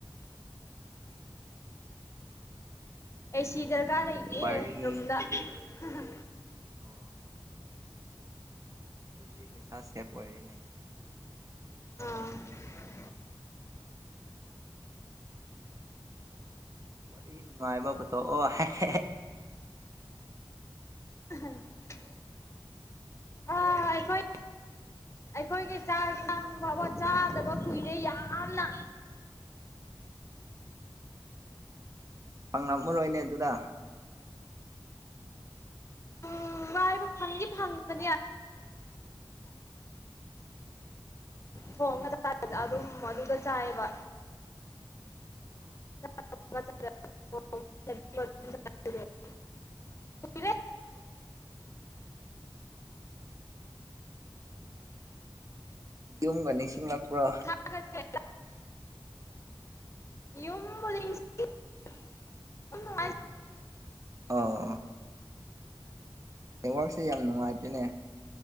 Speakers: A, on the left (about 30°); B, on the right (about 35°).
A: ꯑꯦꯁꯤꯗꯔ꯫ ꯀꯥ ꯂꯩꯇꯦ
B: ꯋꯥꯔꯤ
A: ꯔꯨꯝꯗ꯫ ꯍ ꯍ꯫
B: ꯑꯣ꯫ ꯑꯗꯨꯗꯤ ꯄꯩꯁꯥ ꯁꯦꯞ ꯑꯣꯏꯔꯦꯅꯦ꯫
A: ꯑ꯫
B: ꯋꯥꯔꯤ ꯅꯨꯡꯉꯥꯏꯕ ꯄꯨꯇꯣꯛꯑꯣ ꯍꯦ ꯍꯦ꯫
A: <unintelligible> ꯑꯩꯈꯣꯏ ꯑꯩꯈꯣꯏꯒꯤ ꯆꯥꯛ ꯍꯦꯟꯁꯥꯡ ꯐꯥꯎꯕ ꯆꯥꯗꯕ ꯀꯨꯏꯔꯦ ꯌꯥꯝꯅ꯫
B: ꯐꯪꯉꯛꯃꯔꯣꯏꯅꯦ ꯑꯗꯨꯗ꯫
A: ꯎꯝ ꯋꯥꯏꯕ ꯐꯪꯗꯤ ꯐꯪꯕꯅꯦ <inaudible> ꯊꯣꯡꯉ
B: ꯑꯣ
A: <unintelligible> ꯑꯗꯨꯝ ꯑꯗꯨꯗ ꯆꯥꯏꯑꯦꯕ꯫
B: ꯑꯣ
A: <inaudible>
B: ꯑꯣ ꯌꯨꯝꯒ ꯅꯤꯡꯁꯤꯡꯂꯛꯄ꯭ꯔꯣ꯫
A: ꯀꯨꯏꯔꯦ ꯌꯨꯝꯕꯨꯗꯤ <inaudible> <unintelligible>
B: ꯑꯣ ꯑꯣ꯫ ꯅꯦꯋꯥꯛꯁꯦ ꯌꯥꯝ ꯅꯨꯡꯉꯥꯏꯇꯦꯅꯦ꯫